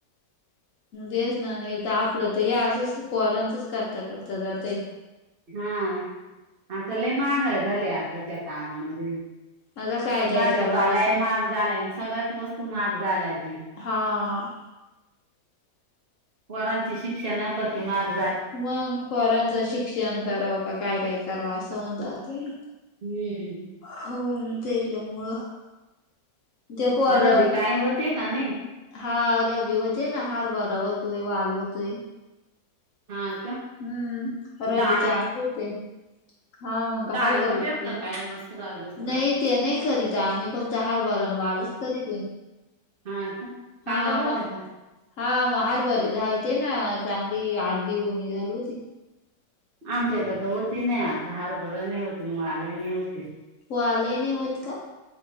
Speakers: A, on the left; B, on the right.
A: तेच ना, एक तर आपलं तर हे असं पोरांचच करता करता जातय.
B: हा, आता लय महागाय झाली आताच्या काळामध्ये.
A: अग काय काय
B: भाजीपाला
A: करावं असं
B: ही म्हाग झालाय, अन सगळ्याच गोष्टी महाग झाल्याती.
A: हां.
B: पोरांची शिक्षनं पती माग
A: मग पोरांचं शिक्षण करावं का काय काय करावं, असं हून जातय.
B: हम्म.
A: होय त्यच्यामुळं त्या पोर
B: रबी काय होते का नाही
A: हा रबी होते ना, हारबरा होतोय वाल होतोय.
B: हा का.
A: हम्म, रबी
B: डाळी
A: चांग होते. हां मंग
B: डाळी
A: हरबरे
B: होत्यात
A: ईकती,
B: का काय मसुरा बिसुरा
A: नाई ते नाही करीत आम्ही, फक्त हारभरान वालच करीतोय.
B: हा का चांगलं
A: हा
B: होतं
A: वा
B: का
A: हा मंग हरबरे झालते ना, चांगली अर्धी गोणी झाली होती‌.
B: आमच्यात तर होतयी नाही आता, हारभरही नाही होती अन वालही नाही होती.
A: वालही नाही होत का?